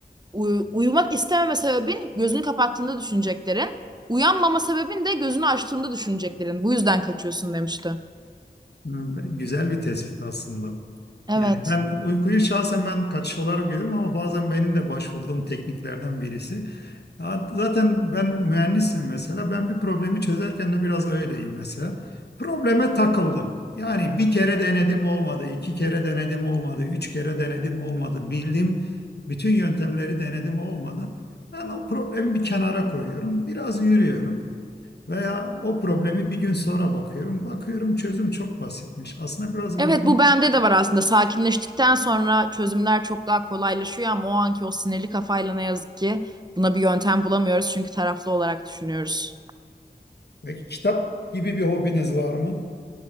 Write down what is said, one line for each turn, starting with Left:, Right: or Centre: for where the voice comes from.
Right: Uy- uyumak istememe sebebin gözünü kapattığında düşüneceklerin. Uyanmama sebebin de gözünü açtığında düşüneceklerin. Bu yüzden kaçıyorsun demişti.
Left: e, güzel bir tespit aslında.
Right: Evet.
Left: Yani ben uykuyu şahsen ben kaçış olarak görüyorum ama bazen benim de başvurduğum tekniklerden birisi. Ya Zaten ben mühendisim mesela. Ben bir problemi çözerken de biraz öyleyim mesela. Probleme takıldım. Yani bir kere denedim olmadı, iki kere denedim olmadı, üç kere denedim olmadı. Bildiğim bütün yöntemleri denedim olmadı. Ben o problemi bir kenara koyuyorum. Biraz yürüyorum. Veya o problemi bir gün sonra bakıyorum. Bakıyorum çözüm çok basitmiş. Aslında biraz
Right: Evet
Left: bu bizim
Right: bu bende de var aslında. Sakinleştikten sonra çözümler çok daha kolaylaşıyor ama o anki o sinirli kafayla ne yazık ki buna bir yöntem bulamıyoruz çünkü taraflı olarak düşünüyoruz.
Left: Peki kitap gibi bir hobiniz var mı?